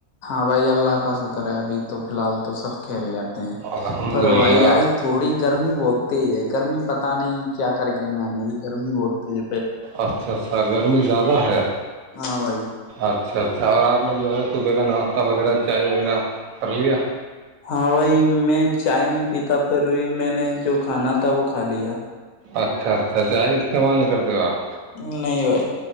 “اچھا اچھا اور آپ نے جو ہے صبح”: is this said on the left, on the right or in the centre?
Right